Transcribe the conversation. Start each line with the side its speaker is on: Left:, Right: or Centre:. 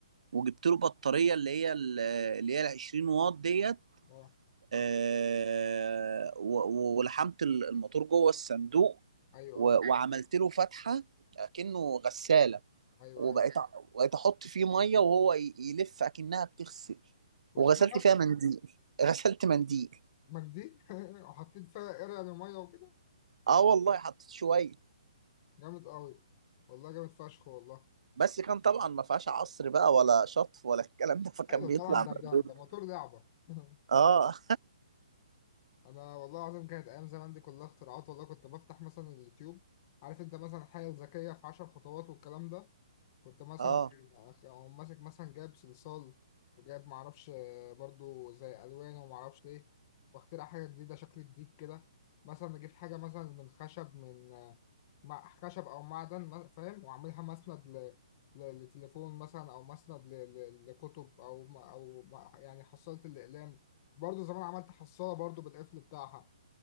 Right: وجبت له بطارية اللي هي ال- اللي هي ال 20 واط ديت
Left: اه
Right: آه، و- و- ولحمت الموتور جوه الصندوق
Left: ايوه
Right: و-
Left: ايوه
Right: وعملت له فتحة كأنه غسالة
Left: ايوه
Right: وبقيت
Left: ايوه
Right: أ- بقيت احط فيه ميه وهو ي- يلف اكنها بتغسل
Left: واشتغل
Right: وغسلت فيها منديل <laughs> غسلت منديل
Left: مجدي <laughs> وحطيت فيها قرع لميه وكده
Right: اه والله حطيت شويه
Left: جامد قوي والله جامد فشخ والله
Right: بس كان طبعا ما فيهاش عصر بقى ولا شطف ولا الكلام ده فكان
Left: ايوه
Right: بيطلع
Left: طبعا ده
Right: مبلول
Left: ده ده موتور لعبه <laughs>
Right: اه
Left: انا والله العظيم كانت ايام زمان دي كلها اختراعات والله كنت بفتح مثلا اليوتيوب عارف انت مثلا الحاجه الذكيه في 10 خطوات والكلام ده كنت مثلا
Right: اه
Left: أقوم ماسك مثلا جايب صلصال وجايب معرفش آه، برضو زي ألوان ومعرفش إيه واخترع حاجة جديدة شكل جديد كده مثلا نجيب حاجة مثلا من خشب من آه، مع خشب أو معدن ما- فاهم وأعملها مسند ل... ل... لتليفون مثلا أو مسند ل... ل... لكتب أو ما... أو ما... يعني حصالة الأقلام برضو زمان عملت حصالة برضو بالقفل بتاعها